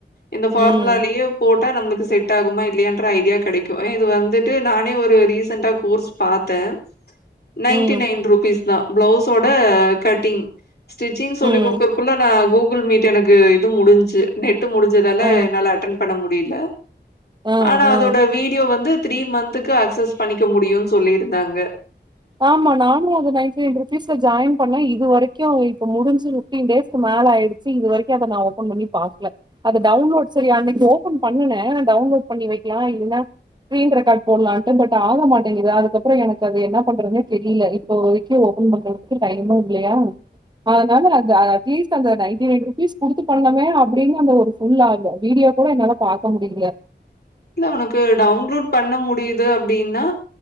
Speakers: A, on the left; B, on the right.
A: இந்த ஃபார்முலாலயே
B: ம்,
A: போட்டு இதெல்லாம் நம்மளுக்கு செட் ஆகுமா இல்லயான்ற ஐடியா கிடைக்கும் இது வந்துட்டு நானே ஒரு ரீசண்டா கோர்ஸ் பாத்தே நைன்ட்டி
B: ம்,
A: நைன் ரூபீஸ் ஆ பிளவுஸோட கட்டிங் ஸ்டிச்சிங் சொல்லி
B: ம்,
A: கொடுக்குறக்குள்ள நான் கூ கூகுள் மீட் எனக்கு இது முடிஞ்சு நெட் முடிஞ்சதால
B: அ,
A: என்னால அட்டன் பண்ண முடில
B: அ,
A: ஆனா அதோட
B: அ.
A: வீடியோ வந்து த்ரீ மந்த் இதுக்கு அக்சஸ் பண்ணிக்க முடியும் சொல்லியிருந்தாங்க
B: ஆமா நானு அது நயன்ட்டிநைன் ருபீஸ்ல ஜாயின் பண்ண இது வரைக்கும் இப்ப முடிஞ்சு பிஃப்டீன் டேஸ்கு மேல ஆயிச்சு இது வரைக்கும் அத நா ஓபன் பண்ணி பாக்கல அது டவுன்லோட் சரி அன்னைக்கு ஓப்பன் பண்ணுன டவுன்லோட் பண்ணி வைக்கலா இல்லன்னா ஸ்கிரீன் ரெக்கார்டு போட்லான்ட்டு பட்டு ஆக மாட்டேங்கது அதுக்கப்பறோ எனக்கு அது என்னப் பண்றதுனே தெரியில இப்போ வரைக்கு ஓபன் பண்றதுக்கு டைம்மு இல்லையா அதனால அந்த அட்லீஸ்ட் அந்த நயன்ட்டிநைன் ருபீஸ் குடுத்து பண்ணமே அப்டின்னு அந்த வீடியோ கூட என்னால பாக்க முடியில
A: இல்ல உனக்கு டவுன்லோட் பண்ண முடியுது அப்டின்னா